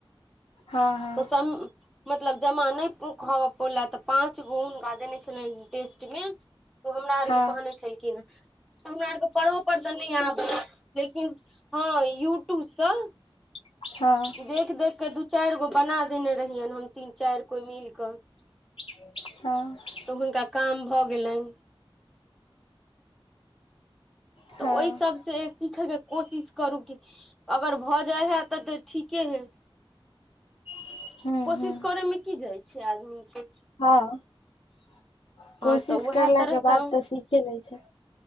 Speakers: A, in the centre; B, on the left.
A: <inaudible>
B: हँ हँ
A: सम मतलब जमा नहि खऽ प पैला तऽ पाँच हुनका देने छलेन टेस्ट मे तऽ हमरा
B: हँ
A: आर केँ कहने छलखिन हमरा आरके <unintelligible> ऽ नहि आना लेकिन हँ यूट्यूबसँ
B: <unintelligible>
A: देख देख केँ दू चार गो बना देने रहियनि हम तीन चार कोई मिल कऽ
B: <unintelligible>
A: तऽ हुनका काम भऽ गेलैन
B: हँ
A: तऽ ओहि सब से सिखय केँ कोशिश करू की अगर भऽ जाय है तऽ तऽ ठी केँ है
B: <unintelligible>
A: कोशिश
B: हूँ
A: करयमे की जाइ छै आदमीे
B: हँ <inaudible> कोशिश
A: हँ तऽ उएह
B: करलाक
A: तरहसँ
B: केँ बाद तऽ सीखे ले छै